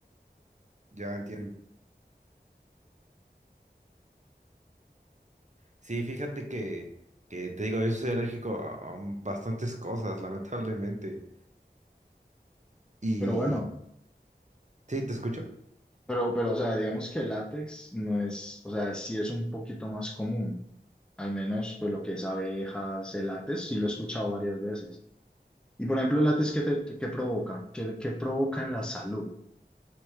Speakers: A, on the right; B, in the centre.
A: Ya entiendo. Sí, fíjate que, que te digo, yo soy alérgico a, a bastantes cosas, lamentablemente. Y...
B: Pero bueno,
A: Sí, te escucho.
B: pero, pero, o sea, digamos que el látex no es, o sea, sí es un poquito más común. Al menos, pues lo que es abejas, el látex, sí lo he escuchado varias veces. Y por ejemplo, el que te, que, provoca, qué qué provoca en la salud.